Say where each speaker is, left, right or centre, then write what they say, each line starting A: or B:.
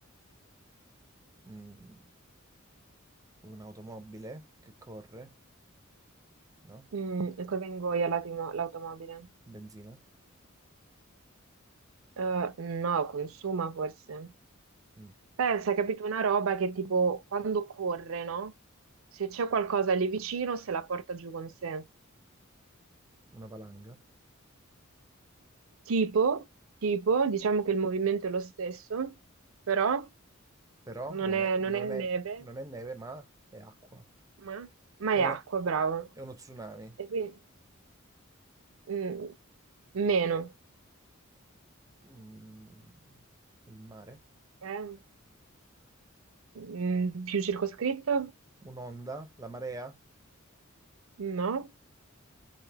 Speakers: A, on the right; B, on the right.
A: mm, un'automobile che corre, no?
B: Mm, e cosa ingoia l'autimo- l'automobile?
A: Benzina,
B: Eh, no, consuma forse.
A: Mm,
B: Pensa, capito, una roba che tipo quando corre, no? Se c'è qualcosa lì vicino, se la porta giù con sé.
A: una valanga,
B: Tipo, tipo, diciamo che il movimento è lo stesso, però
A: però
B: non
A: non
B: è,
A: è, non
B: non è neve,
A: è- non è neve, ma è acqua.
B: ma, ma
A: È
B: è
A: una-
B: acqua, bravo.
A: è uno tsunami,
B: E quindi mm, meno,
A: Mm, il mare,
B: eh? Mm, più circoscritto?
A: un'onda, la marea,
B: No.